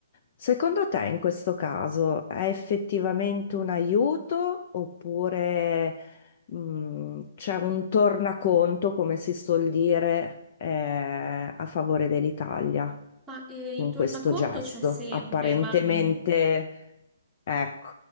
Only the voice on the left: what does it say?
Secondo te in questo caso è effettivamente un aiuto oppure mh, c'è un tornaconto, come si suol dire, eh, a favore dell'Italia
con
questo gesto?
Apparentemente,
ecco,